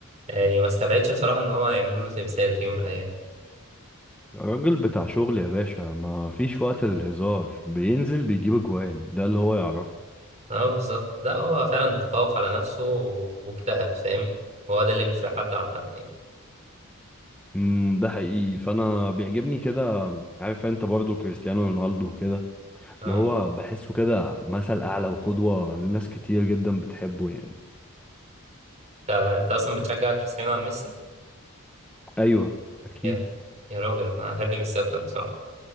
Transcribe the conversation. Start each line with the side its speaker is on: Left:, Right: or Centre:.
Right: يعني ما استبعدش بصراحة ان هو يعملوا له تمثال في يوم من الايام
Centre: راجل بتاع شغل يا باشا ما فيش وقت للهزار بينزل بيجيب اجوان ده اللي هو يعرفه
Right: اه بالظبط لا هو فعلا تفوق على نفسه و- واجتهد فاهم هو ده اللي بيفرق حد عن حد يعني
Centre: امم ده حقيقي فانا بيعجبني كده عارف انت برضو كريستيانو رونالدو كده
Right: اه
Centre: اللي هو بحسه كده مثل اعلى وقدوة لناس كتير جدا بتحبه يعني
Right: انت انت اصلا بتشجع كريستيانو عن ميسي
Centre: ايوه اكيد
Right: يا يا راجل انا احب ميسي اكتر بصراحة